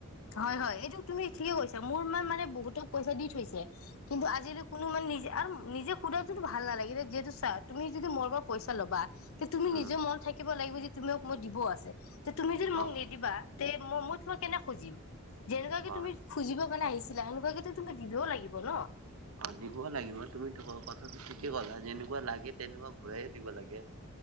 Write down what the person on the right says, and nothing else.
উম
অ
হয়
অ' দিবও লাগিব। তুমি তোকৰ কথ ঠিকে কলা। যেনেকুৱা লাগে, তেনেকুৱা ঘূৰাইয়ে দিবা লাগে।